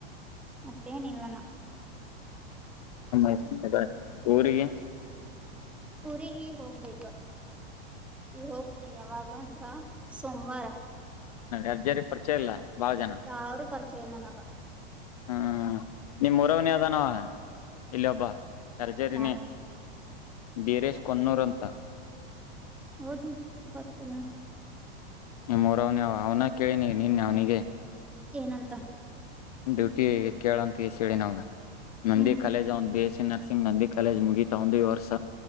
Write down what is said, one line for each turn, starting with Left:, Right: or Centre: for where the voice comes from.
Centre: ಮತ್ತೇನಿಲ್ಲನ
Left: ಮ್ಮ್ತ <unintelligible> ಊರಿಗೆ
Centre: ಊರಿಗೆ ಹೋಗ್ಬೇಕ ಇ ಹೋಗ್ತೀನ್ಯವಾಗ ಅಂದ್ರ ಸೋಮವಾರ
Left: ಅರ್ಜಾರಿ ಪರಿಚಯ ಇಲ್ಲ ಬಾಳ ಜನ
Centre: ಸಾವಿರ್ ಚೇ ನನಕ
Left: ಹ್ಮ್ ನಿಮ್ಮ್ ರವನಿ ಅದಾನ ಇಲ್ಲಿ ಒಬ್ಬ ಸರ್ಜರಿನ
Centre: ಯಾರ
Left: ಬಿರೇಶ್ ಕೊನ್ನೂರಂತ
Centre: ಹೌದು ಗೊತ್ತಿಲ್ಲ
Left: ನಿಮ್ಮರ ಅವ್ನ ಅವನ ಕೇಳಿನಿ ನಿನ್ನೆ ಅವ್ನಿಗೆ
Centre: ಏನಂತ
Left: ಡ್ಯೂಟಿ ಈ ಕೇಳಂತ ಎಸ್ ಹೇಳಿ ನಾವಗ ನಂದಿ
Centre: ಹ್ಮ್
Left: ಕಲೇಜ ಒಂದ ಬೇ ನರಸಿಂಗ್ ನಂದಿ ಕಾಲೇಜ್ ಮುಗಿತಾ ಒಂದು ಈ ವರ್ಷ